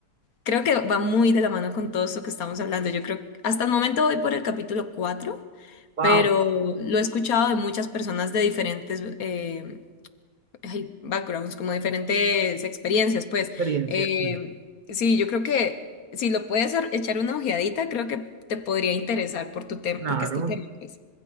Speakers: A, on the left; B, on the right.
A: creo que va muy de la mano con todo esto que estamos hablando. Yo creo que hasta el momento voy por el capítulo 4,
B: Wow,
A: pero lo he escuchado de muchas personas de diferentes eh, hay backgrounds, como diferentes experiencias, pues.
B: experiencia,
A: Eh,
B: sí.
A: sí, yo creo que si lo puedes ar- echar una ojeadita, creo que te podría interesar por tu tema,
B: Claro.
A: porque es tu tema, pues.